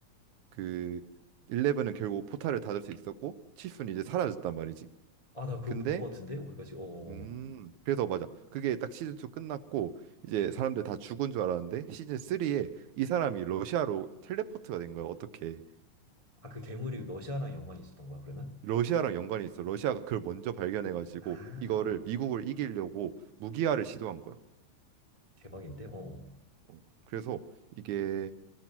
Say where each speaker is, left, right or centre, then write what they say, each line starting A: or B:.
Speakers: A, on the right (about 80°); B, on the left (about 20°).
A: 그 일레븐은 결국 포탈을 닫을 수 있었고 치프는 이제 사라졌단 말이지.
B: 아, 나 그거
A: 근데
B: 본 것 같은데? 거기까지. 어. 어,
A: 음
B: 어.
A: 그래서 맞아. 그게 딱 시즌 2 끝났고 이제 사람들 다 죽은 줄 알았는데 시즌 3에 이 사람이 러시아로 텔레포트가 된 거야. 어떻게?
B: 아, 그 괴물이 러시아랑 연관이 있었던 거야, 그러면?
A: 러시아랑 연관이 있어. 러시아가 그걸 먼저 발견해가지고
B: 아,
A: 이거를
B: 어,
A: 미국을 이기려고 무기화를 시도한 거야.
B: 대박인데? 어, 어.
A: 어, 그래서 이게